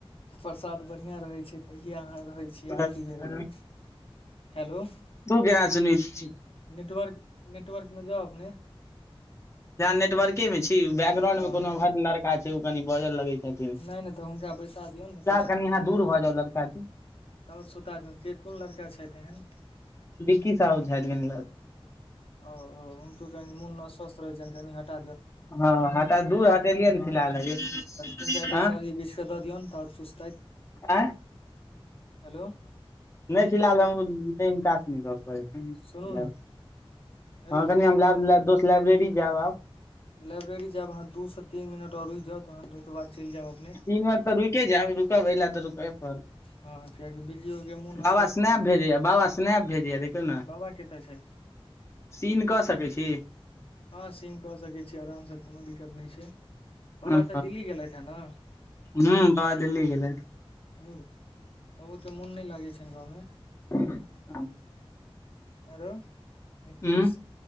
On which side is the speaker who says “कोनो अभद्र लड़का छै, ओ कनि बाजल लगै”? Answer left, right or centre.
Left